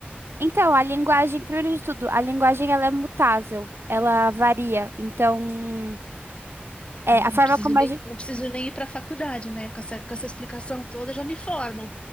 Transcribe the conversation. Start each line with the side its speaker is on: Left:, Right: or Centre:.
Right: Então, a linguagem, primeiro de tudo, a linguagem ela é mutável, ela varia. Então, é,
Left: Eu
Right: a
Left: não
Right: forma
Left: preciso
Right: como
Left: nem,
Right: a
Left: não preciso nem ir para a faculdade, né? Com essa, com essa explicação toda já me formam.